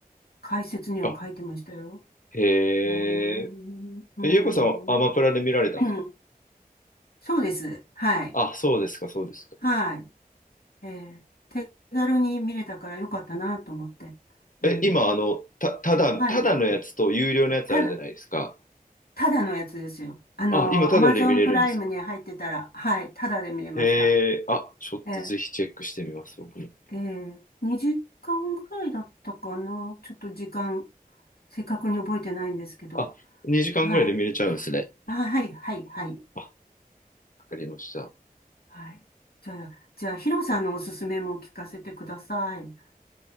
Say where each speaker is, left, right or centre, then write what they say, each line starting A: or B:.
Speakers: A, on the left; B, on the left.
A: 解説には書いてましたよ。
B: あ、へえ、
A: うーん。うーん。
B: えゆうこさんはアマプラで見られたんですか
A: <clears throat> うんそうです。はい。
B: あ、そうですか、そうですか。
A: はい。えー手軽に見れたからよかったなと思って。うん。
B: え、今、あの、た、ただ、
A: はい。
B: ただのやつと有料のやつあるじゃないですか。
A: ただ、ただのやつですよ。あの、
B: あ、今、ただで見れるんですか
A: アマゾンプライムに入ってたら、はい。ただで見れました。
B: へえー、あ、ちょっとぜひチェックしてみます、
A: えー
B: 僕も。
A: ええ、2時間ぐらいだったかな。ちょっと時間、正確に覚えてないんですけど。
B: あ、2時間ぐらいで見れちゃうんですね。
A: はい。あ、はい、はい、はい。
B: あ、わかりました。
A: はい。じゃあ、じゃあ、ヒロさんのおすすめも聞かせてください。